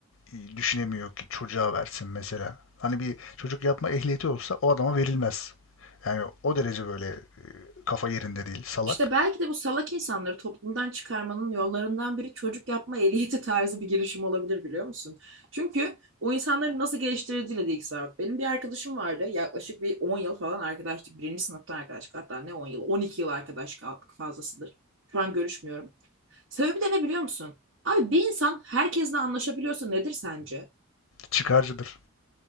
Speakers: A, on the left (about 70°); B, on the right (about 65°).
A: e, düşünemiyor ki çocuğa versin mesela. Hani bir çocuk yapma ehliyeti olsa o adama verilmez. Yani o derece böyle kafa yerinde değil, salak.
B: İşte belki de bu salak insanları toplumdan çıkarmanın yollarından biri çocuk yapma ehliyeti tarzı bir girişim olabilir biliyor musun? Çünkü o insanların nasıl geliştirildiğiyle de ilgisi var. Benim bir arkadaşım vardı yaklaşık bir 10 yıl falan arkadaşlık. Birinci sınıftan arkadaşlık hatta ne 10 yıl 12 yıl arkadaş kaldık fazlasıdır. Şu an görüşmüyorum. Sebebi de ne biliyor musun? Abi bir insan herkesle anlaşabiliyorsa nedir sence?
A: Çıkarcıdır.